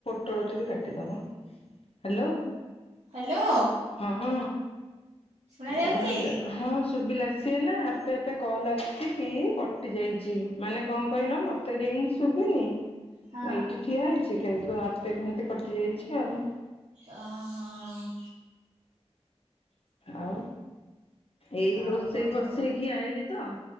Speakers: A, on the left; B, on the right.
A: ପୋଟୋଳଟା ବି କାଟିଦେବା hello.
B: Hello
A: ହଁ
B: ଶୁଣା ଯାଉଛି?
A: ଉଛ ହଁ ଶୁଭିଲା। ସିଏ ନା ଆପେ ଆପେ କଲ୍ ଆସିକିି କଟିଯାଇଛି ମାନେ କ ଣ କହିଲ ମୋତେ ରିଙ୍ଗ ଶୁଭିନି
B: ହଁ।
A: ମୁଁ ଏଇଠି ଠିଆ ହେଇଛି କିନ୍ତୁ ଆପେ କେମିତି କଟିଯାଇଛି ଆଉ
B: ଓ ହଁ
A: ଆଉ ଏଇ
B: ଆଉ
A: ରୋଷେଇ
B: କଣ
A: ବସେଇ
B: କୁହ
A: କି ଆଇଲି ତ